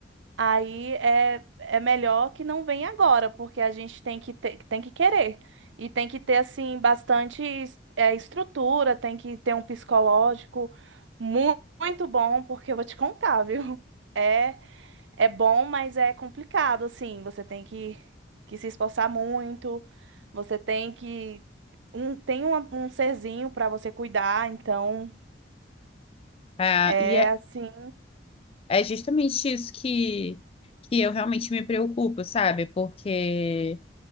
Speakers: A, on the right (about 80°); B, on the left (about 30°).
A: aí é, é melhor que não venha agora, porque a gente tem que ter, tem que querer. E tem que ter assim bastante es- é, estrutura, tem que ter um psicológico mu- muito bom, porque eu vou te contar, viu? <laughs> É, é bom, mas é complicado assim. Você tem que, que se esforçar muito. Você tem que um, tem uma- um serzinho para você cuidar, então
B: é,
A: é
B: e
A: assim
B: É justamente isso que, que eu realmente me preocupo, sabe? Porque